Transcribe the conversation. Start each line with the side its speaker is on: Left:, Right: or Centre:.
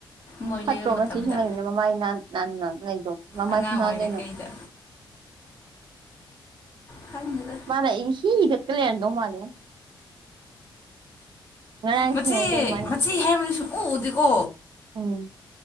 Left: ꯃꯣꯏ
Right: ꯐꯠꯇ꯭ꯔꯣ
Left: ꯂꯩꯕ ꯃꯇꯝꯗ
Right: ꯃꯆꯦꯁꯨ ꯂꯩꯕꯅꯦꯅ ꯃꯃꯥꯏ ꯅꯥꯟꯅ ꯂꯩꯗꯣ ꯃꯃꯥꯏꯁꯨ
Left: ꯑꯉꯥꯡ
Right: ꯅꯟꯅ
Left: ꯑꯣꯏꯔꯤꯀꯩꯗ
Right: ꯂꯩꯅ
Left: ꯈꯪꯗꯦꯗ
Right: ꯅꯪꯅ ꯏꯍꯤ ꯍꯤꯒꯠꯇꯅ ꯂꯩꯔꯝꯗꯧ ꯃꯥꯟꯂꯦꯉꯣ ꯉꯔꯥꯡ
Left: ꯃꯆꯦ
Right: ꯈꯨꯅꯣꯛꯇꯣ ꯑꯗꯨꯃꯥꯏꯅ
Left: ꯃꯆꯦ ꯌꯥꯏꯃꯗꯤ ꯁꯨꯡ ꯎ ꯎꯗꯦꯀꯣ
Right: ꯎꯝ